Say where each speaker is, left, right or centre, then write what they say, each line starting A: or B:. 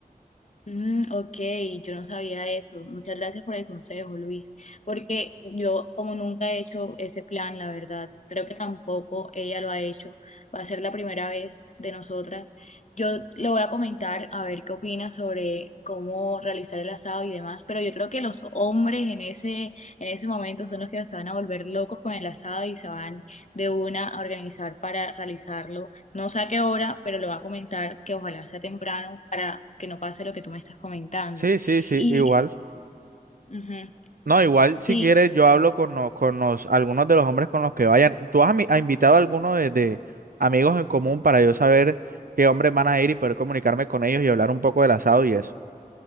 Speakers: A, on the left; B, on the right.
A: Mm, ok, yo no sabía eso. Muchas gracias por el consejo, Luis, porque yo como nunca he hecho ese plan, la verdad, creo que tampoco ella lo ha hecho. Va a ser la primera vez de nosotras. Yo le voy a comentar a ver qué opina sobre cómo realizar el asado y demás, pero yo creo que los hombres en ese, en ese momento son los que se van a volver locos con el asado y se van de una a organizar para realizarlo no sé a qué hora, pero le voy a comentar que ojalá sea temprano para que no pase lo que tú me estás comentando.
B: Sí, sí, sí,
A: Y
B: igual.
A: ujú,
B: No, igual si
A: sí,
B: quieres yo hablo con, lo- con los, algunos de los hombres con los que vayan. ¿Tú has, ami- has invitado a alguno de, de amigos en común para yo saber qué hombres van a ir y poder comunicarme con ellos y hablar un poco del asado y eso?